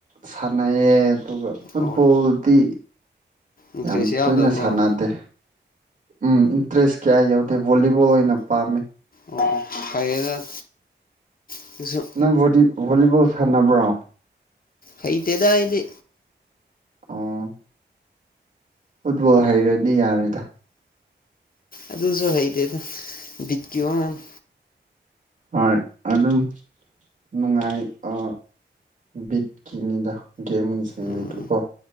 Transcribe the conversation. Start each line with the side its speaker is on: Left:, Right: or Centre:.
Right: ꯁꯥꯟꯅꯩꯌꯦ ꯑꯗꯨꯒ ꯐꯨꯠꯕꯣꯜꯗꯤ
Left: ꯑꯣ ꯏꯟꯇꯔꯦꯁ
Right: ꯌꯥꯝ
Left: ꯌꯥꯎꯗꯕ꯭ꯔꯣ
Right: ꯇꯣꯏꯅ ꯁꯥꯟꯅꯗꯦ꯫
Left: ꯑꯣ
Right: ꯎꯝ ꯏꯟꯇꯔꯦꯁ ꯀꯌꯥ ꯌꯥꯎꯗꯦ ꯚꯣꯂꯤꯕꯣꯜ ꯑꯣꯏꯅ ꯄꯥꯝꯃꯦ꯫
Left: ꯑꯣ ꯐꯩꯌꯦꯗ꯫ ꯑꯗꯨꯁꯨ
Right: ꯅꯪ ꯕꫭꯗꯤ ꯚꫭꯂꯤꯕꫭꯜ ꯁꯥꯟꯅꯕ꯭ꯔꯣ꯫
Left: ꯍꯩꯇꯦꯗ ꯑꯩꯗꯤ꯫
Right: ꯑꫭ꯫ ꯐꯨꯠꯕꯣꯜ ꯍꯩꯔꯗꯤ ꯌꯥꯔꯦꯗ꯫
Left: ꯑꯗꯨꯁꯨ ꯍꯩꯇꯦꯗ ꯕꯤꯠꯀꯤ ꯋꯥꯅꯤ꯫
Right: ꯍꯣꯏ ꯑꯗꯨꯝ ꯅꯨꯡꯉꯥꯏ ꯑ ꯕꯤꯠꯀꯤꯅꯤꯗ꯫ ꯒꯦꯝꯁꯤꯡ
Left: ꯎꯝ
Right: ꯗꯤ ꯀꯣ